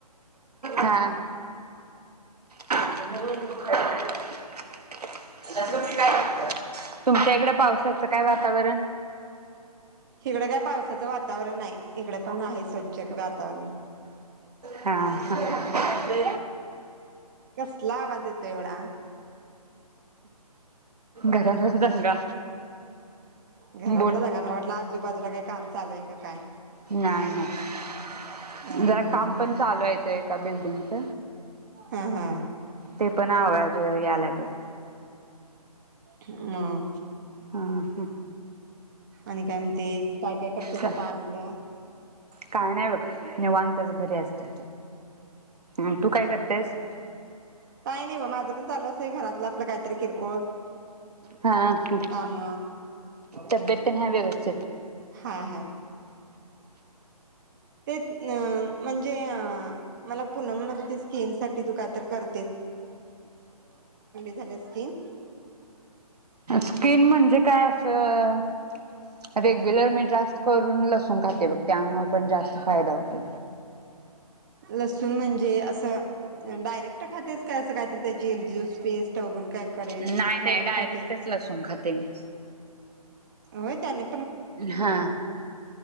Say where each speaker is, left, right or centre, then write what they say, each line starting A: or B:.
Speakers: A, on the right; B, on the right.
A: हा <unintelligible> <unintelligible> तुमच्या इकड पावसाचं काय वातावरण
B: हिगड काय पावसाचं वातावरण नाही इकड पण आहे स थेट गातान
A: हा हा ते
B: कसला आवाज येतय एवढा
A: घरातला दंगा
B: घरातलं
A: बोल
B: दंगा मला वाटलं आजूबाजूला काय काम चालूय का काय
A: नाही नाही
B: हं
A: जरा
B: हं
A: काम
B: हं
A: पण चालू आहे ते का बिल्डिंगच <inaudible>
B: हा हा
A: ते पण आवाज तो याय लागलाय
B: ह मग
A: ह
B: आणि काय म्हणतेस काय काय करतेस
A: चल
B: आता आलीकडे
A: काय नाही बघ निवांतच घरी असते ह तु काय करतेस
B: काही नाही बघ माझं पण चालू असतंय घरातलं आपलं काहीतरी किरकोळ
A: हा ह
B: काम
A: तब्येते न आहे व्यवस्थित
B: हाय ते अ म्हणजे अ मला पुनम म्हणत होती स्किन साठी तू कायतरी कर झाल्या स्किन
A: स्किन म्हणजे काय असं रेग्युलर मेट्रा असतो करून लसून खाते बघ त्यामुळे पण जास्त फायदा होतो
B: लसूून म्हणजे असं डायरेक्ट खातेस काय असं काय तर त्याची एक ज्युस पेस्ट काय करे
A: नाही नाही
B: करून
A: डायरेक्टच
B: खातेस
A: लसुन खाते मी
B: हो त्यानी
A: हा